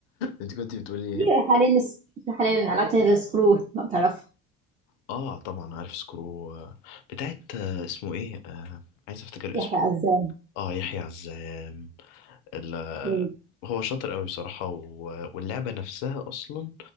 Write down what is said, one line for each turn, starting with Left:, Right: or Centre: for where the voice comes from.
Left: أنت كنت بتقولي
Right: في
Left: إيه؟
Right: حاليا في حاليا ألعاب تانية زي سكرو لو تعرفها
Left: آه طبعا عارف سكرو آه، بتاعت آه، اسمه إيه؟ آه، عايز أفتكر
Right: يحيى
Left: اسمه
Right: عزام
Left: آه يحيى عزام ال-
Right: إيه،
Left: هو شاطر قوي بصراحة و- واللعبة نفسها أصلا